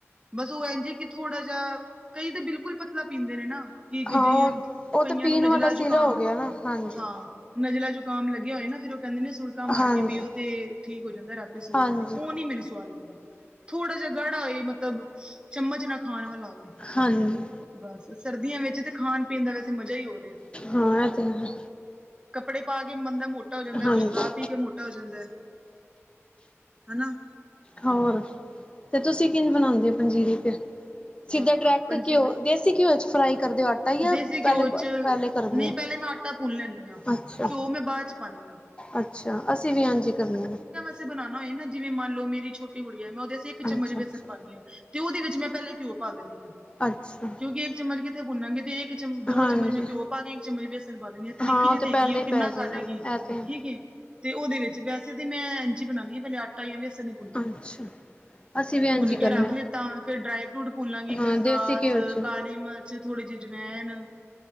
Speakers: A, on the right; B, on the left.
A: ਬਸ ਉਹ ਏੰਜ ਏ ਕਿ ਥੋੜਾ ਜਾ, ਕਈ ਤੇ ਬਿਲਕੁਲ ਪਤਲਾ ਪੀਂਦੇ ਨੇ ਨਾ। ਕਿ
B: ਹਾਂ
A: ਜਿ
B: ਔਹ, ਔਹ
A: ਕਈਆਂ
B: ਤੇ ਪੀਣ
A: ਨੂੰ ਨਜਲਾ
B: ਵਾਲਾ ਸੀਰਾ
A: ਜ਼ੁਕਾਮ
B: ਹੋ ਗਿਆ ਨਾ, ਹਾਂਜੀ।
A: ਹਾਂ ਨਜਲਾ ਜੁਕਾਮ ਲੱਗੇਆ ਹੋਏ ਨਾ, ਫੇਰ ਉਹ ਕੇਂਦੇ ਨੇ ਸੁੜਕਾ ਮਾਰ
B: ਹਾਂਜੀ
A: ਕੇ ਪੀਓ, ਤੇ ਠੀਕ ਹੋ ਜਾਂਦਾ ਰਾ ਰਾਤੀ ਸੋਣ
B: ਹਾਂਜੀ
A: ਲੱਗਿਆ, ਔਹ ਨੀ ਮੈਨੂੰ ਸਵਾਦ ਲੱਗਦਾ। ਥੋੜਾ ਜੇਆ ਗਾੜਾ ਹੋਏ ਮਤਲਬ ਚਮਚ ਨਾ ਖਾਣ ਵਾਲਾ ਹੋਏ।
B: ਹਾਂਜੀ
A: ਬਸ, ਸਰਦੀਆਂ ਵਿੱਚ ਤੇ ਖਾਣ ਪੀਣ ਦਾ ਵੈਸੇ ਮਜਾ ਈ ਹੋਰ ਏ।
B: ਹਾਂ ਏਹ ਤੇ ਹੈ।
A: ਕੱਪੜੇ ਪਾ ਕੇ ਬੰਦਾ ਮੋਟਾ ਹੋ ਜਾਂਦਾ,
B: ਹਾਂਜੀ
A: ਕੁੱਛ ਖਾ ਪੀ ਕੇ ਮੋ ਟਾ ਹੋ ਜਾਂਦਾ ਏ, ਹਨਾ।
B: ਹੋਰ, ਤੇ ਤੁਸੀਂ ਕਿੰਜ ਬਣਾਂਦੇ ਔ ਪੰਜੀਰੀ ਫਿਰ, ਸਿੱਧਾ
A: ਹਾਂ
B: ਡਰੈਕਟ
A: ਪੰਜੀ
B: ਕਿਓ, ਦੇ ਦੇਸੀ ਕਿਓ ਚ ਫਰਾਈ ਕਰਦੇ ਔ ਆ ਟਾ ਯਾ
A: ਦੇਸੀ
B: ਪੈਲੇ
A: ਘਿਓ ਚ
B: ਬ ਪੈਲੇ ਕਰਦੇ
A: ਨਹੀਂ
B: ਔ?
A: ਪਹਿਲੇ ਮੈਂ ਆਟਾ ਭੁੰਨ ਲੈਂਦੀ ਹਾਂ
B: ਅੱਛਾ।
A: ਘਿਓ ਮੈਂ ਬਾਅਦ ਚ ਪਾਉਂਦੀ ਹਾਂ
B: ਅੱਛਾ, ਅਸੀਂ ਵੀ ਏੰਜ ਈ ਕਰਨੇ
A: ਤੁਸੀਂ ਬਣਾਣਾ ਹੋਏ ਨਾ, ਜਿਵੇਂ ਮੰਨ ਲੋ, ਮੇਰੀ ਛੋਟੀ ਗੁੜੀਆ ਐ, ਮੈਂ ਔਦੇ ਆਸੇ ਏਕ
B: ਅੱਛਾ
A: ਚਮਚ
B: ਅੱਛਾ
A: ਵੇਸਨ ਪਾਣੀ ਆ ਤੇ ਔਦੇ ਵਿੱਚ ਮੈਂ ਪੈਲੇ ਕਿਉ ਪਾ ਦੇਣੀ ਆ।
B: ਅੱਛਾ।
A: ਕਿਉਂਕੀਂ ਏਕ ਚਮਚ ਕਿੱਥੇ ਭੁੰਨਾਂਗੇ ਤੇ ਇੱਕ ਚਮ, ਦੋ
B: ਹਾਂਜੀ
A: ਚਮਚ ਮੈਂ ਕਿਓ ਪਾ ਕੇ, ਇੱਕ ਚਮਚ ਵੇਸਣ ਪਾ ਦੇਣੀ ਆ, ਨਿੱਕੀ
B: ਹਾਂ
A: ਜੀ
B: ਉਹ
A: ਤੇ ਹੈਗੀ
B: ਪਹਿਲਾਂ
A: ਔਹ,
B: ਹੀ
A: ਕਿੰਨਾ
B: ਪੈ ਜਾਏਗਾ
A: ਖਾ ਲੇਗੀ?
B: ਇਹ ਤੇ ਹੈ
A: ਠੀਕ ਐ। ਤੇ ਔਦੇ ਵਿੱਚ, ਵੈਸੇ ਤੇ ਮੈਂ ਏਂਜ ਈ ਬਣਾਨੀ ਆ, ਪੈਲੇ ਆਟਾ ਯਾ ਵੇਸਨ ਈ
B: ਅੱਛਾ। ਅਸੀਂ ਵੀ ਇੰਝ
A: ਭੁੰਨ
B: ਹੀ ਕਰਨਾ
A: ਕੇ ਰੱਖ ਲਿੱਤਾ, ਫੇਰ ਡਰਾਈ ਫਰੂਟ, ਭੁੰਨਲਾਂਗੀ
B: ਹਾਂ
A: ਖਸਕਾਸ,
B: ਦੇਸੀ ਘਿਓ ਚ
A: ਕਾਲੀ ਮਿਰਚ ਥੋੜੀ ਜਿਹੀ ਜਵੈਨ